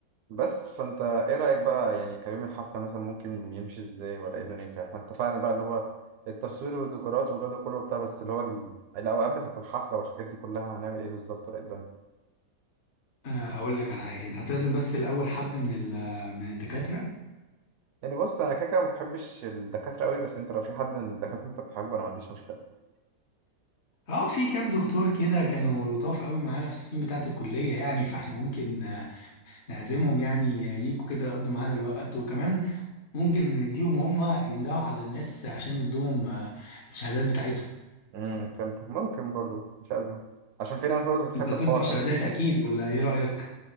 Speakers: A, on the right; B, on the left.
A: فبس فانت ايه رأيك بقى يعني كيوم الحفلة مثلا ممكن يمشي ازاي ولا ايه دنيتها احنا اتفقنا بقى اللي هو التصوير والديكورات والجو ده كله وبتاع بس اللي هو ال- الأوقات بتاعت الحفلة والحاجات دي كلها هنعمل ايه بالظبط ولا ايه الدنيا
B: آه، هقول لك على حاجة انت هتلازم بس الاول حد من ال- من الدكاترة
A: يعني بص انا كده كده ما بحبش الدكاترة قوي بس انت لو في حد من الدكاترة انت بتحبه انا ما عنديش مشكلة
B: اه في كام دكتور كده كانوا لطاف قوي معانا في السنين بتاعه الكليه يعني فاحنا ممكن آه، نعزمهم يعني آه، يجوا كده يقضوا معانا الوقت وكمان ممكن نديهم هم يندهوا على الناس عشان يدوهم آه، الشهادات بتاعتهم
A: امم فهمتك ممكن برضو مش أزمة عشان في ناس برضو بتحب
B: انت هتطبع
A: الحوار
B: شهادات
A: ده
B: اكيد ولا ايه رايك